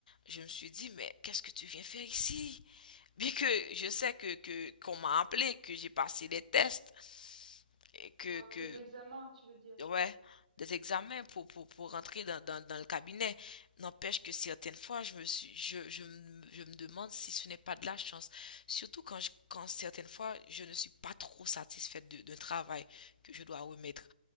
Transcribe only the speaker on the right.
Dans
tes examens, tu veux dire?